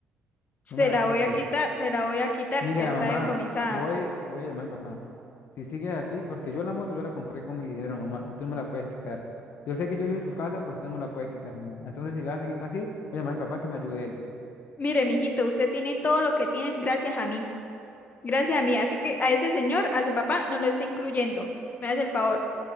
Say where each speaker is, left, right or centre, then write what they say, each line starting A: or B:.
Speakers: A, on the left; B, on the left.
A: Se
B: No me
A: la
B: la quite.
A: voy a quitar, se la voy a quitar,
B: Mira,
A: está
B: mamá,
A: decomisada.
B: voy, voy a llamar a mi papá. Si sigues así, porque yo la moto yo la compré con mi dinero, mamá, y tú me la puedes quitar. Yo sé que yo vivo en su casa, pero usted no me la puede quitar, mamá. Entonces, si vas a seguir así, voy a llamar a mi papá que me ayude él.
A: Mire, mijito, usted tiene todo lo que tienes gracias a mí, gracias a mí. Así que a ese señor, a su papá, no lo está incluyendo. Me hace el favor.